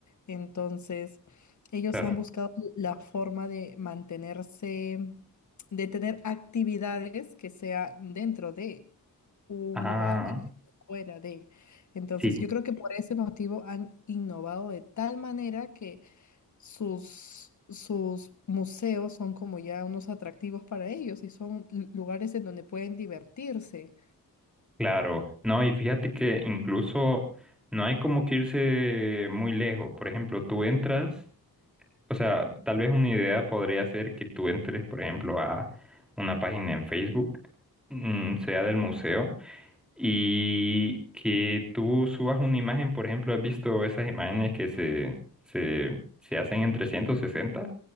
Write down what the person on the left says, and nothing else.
Entonces, ellos
han buscado la forma de mantenerse de tener actividades que sea dentro de un
lugar y fuera de. Entonces,
yo creo que por ese motivo han innovado de tal manera que sus, sus museos son como ya unos atractivos para ellos y son lu- lugares en donde pueden divertirse.